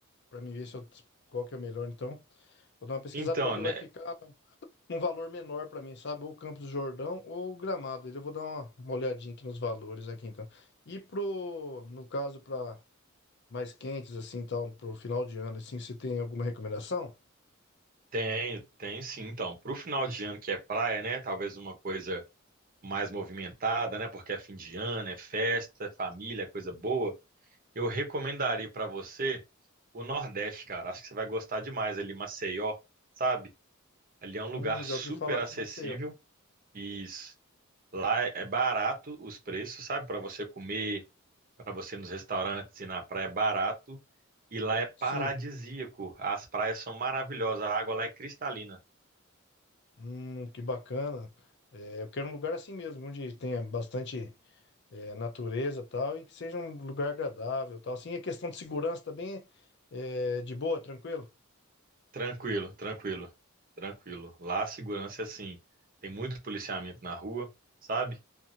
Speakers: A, on the left; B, on the right.
A: para mim ver se eu, qual que é o melhor. Então, vou dar uma pesquisada
B: Então,
A: qual que
B: né?
A: vai ficar um valor menor para mim, sabe? Ou Campos do Jordão ou Gramado. Eu vou dar uma, uma olhadinha aqui nos valores aqui, então. E pro, no caso, para mais quentes, assim, tal, pro final de ano, assim, se tem alguma recomendação?
B: Tem, tem sim. Então, pro final de ano que é praia, né? Talvez uma coisa mais movimentada, né? Porque é fim de ano, é festa, é família, é coisa boa. Eu recomendaria pra você o Nordeste, cara. Acho que você vai gostar demais ali, Maceió, sabe? Ali é um
A: Hum,
B: lugar
A: já
B: super
A: ouvi falar
B: acessível.
A: de Maceió.
B: e Lá é é barato os preços, sabe? Pra você comer para você ir nos restaurantes e na praia é barato e lá é paradisíaco.
A: Sim.
B: As praias são maravilhosas, a água lá é cristalina.
A: Hum, que bacana. É, eu quero um lugar assim mesmo, onde tenha bastante é, natureza e tal, e que seja um lugar agradável e tal. Assim, a questão de segurança também é de boa, tranquilo?
B: Tranquilo, tranquilo, tranquilo. Lá a segurança é assim, tem muito policiamento na rua, sabe?